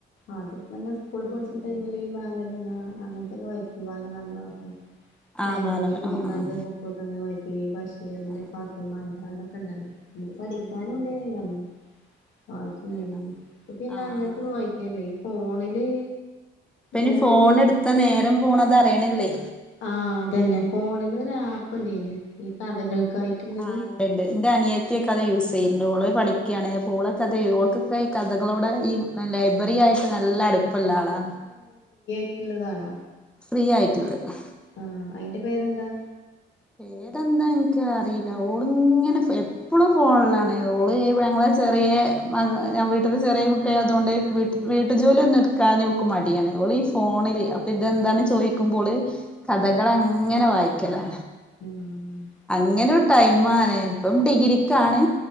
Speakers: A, on the left; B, in the centre.
A: അതെ എന്ന സ്കൂൾല്
B: ഉം ഉം
A: ടൈമില് ബാൽരമ ഞാങ്കണ്ട് അങ്ങനത്തെ ഒക്കെ വായിക്കും ബാല മംഗളം ഒക്കെ
B: ആഹ്
A: ലൈബ്രറിയിൽ
B: ബാലമ
A: പോയിുന്നട്ട്
B: ആഹ് ആഹ്
A: ബുക്കൊക്കെ വായി പി ബസ് എന്റെ
B: ആഹ് ആഹ്
A: പാപ്പമാന്റെ ടെ ക്കണ്ടല്ലോ നമുക്ക് പഠിക്കാനും
B: ഉം ഉം
A: ഇണ്ട് ല്ലമ്മ വായിച്ചു ചെയ്തീനി
B: ഏഹ് ആഹ്
A: പിന്നെ
B: ആഹ്
A: അങ്ങനത്തെൊന്ന്
B: ആഹ് ആഹ്
A: വയിക്കല്ലേ ഇയ്യ് ഫോണില്
B: ഇപ്പ ഇനി
A: ഫോണില്
B: ഫോൺ എടുത്ത നേരം പോണത് അറിയിണില്ലേ
A: ആഹ് അതന്നെ ഫോണിൽ ഒര് ആ പ്പ് ഇണ്ടെയ്നി ഈ കഥകൾ ക്കായിട്ട് ഇള്ളെത്
B: ആഹ് ഇണ്ട്ണ്ട് ഇന്റെ അനിയെത്തി ഒക്കെ അത് യൂസ് ചെയ്യ്ണ്ട് ഓൾ പഠിക്ക്യാണ് ഓൾ ഒക്കെ അതെയ് ഓൾ ക്കൊക്കെയ് ഈ കഥകളോട് ഈ ന്നാ ലൈബ്രറി ആയി ട്ട് നല്ല അട്പ്പ ഇള്ള ആളാ
A: ട്ട് ഇള്ളതാണോ?
B: ഫ്രീ ആയിട്ട് ഇള്ളെതാ
A: ആഹ് അയിന്റെ പേര് എന്താ?
B: പേര് എന്താ ഇൻക്ക് അറീലാ ഓൾ ഇങ്ങെനെ എപ്പെളും ഫോണ്ലാണ് ഓൾ ഞങ്ങെളെ ചെറിയ മകളാ വീട്ട്ത്തെ ചെറിയ കുട്ടി ആയതോണ്ട് വീട്ട് വീട്ടു ജോലി ഒന്നും ഇട് ക്കാന് ഓക്ക് മടിയാണ് ഓൾ ഈ ഫോണിൽ അപ്പ ഇതെന്താണ് ചോയിക്കുമ്പോ ഓൾ കഥകൾ അങ്ങെനെ വായിക്കെലാ
A: ആഹ്
B: അങ്ങനെ ഒര് ടൈം ആണ് ഇപ്പം ഡിഗ്രിക്കാണ്